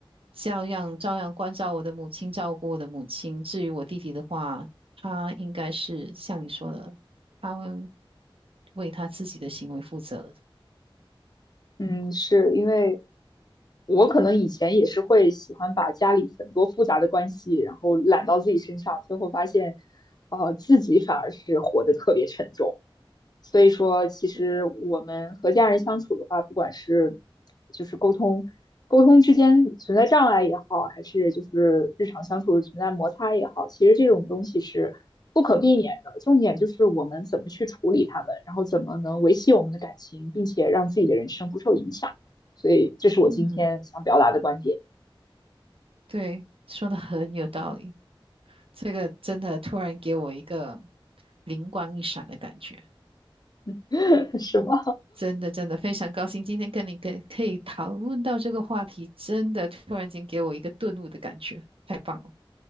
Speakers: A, on the right; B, on the left.
A: 照样照样关照我的母亲，照顾我的母亲。至于我弟弟的话，他应该是像你说的，他会为他自己的行为负责的
B: 嗯，是因为我可能以前也是会喜欢把家里很多复杂的关系，然后揽到自己身上，最后发现，呃，自己反而是活得特别沉重。所以说，其实我们和家人相处的话，
A: 对，
B: 不管是就是沟通沟通之间存在障碍也好，还是就是日常相处存在摩擦也好，其实这种东西是不可避免的。重点就是我们怎么去处理它们，然后怎么能维系我们的感情，并且让自己的人生不受影响。所以，这是我今天想表达的观点，
A: 嗯，对，说的很有道理。这个真的突然给我一个灵光一闪的感觉，
B: <laughs> 是吗？
A: 真的真的非常高兴，今天跟你跟可以讨论到这个话题，真的突然间给我一个顿悟的感觉，太棒了，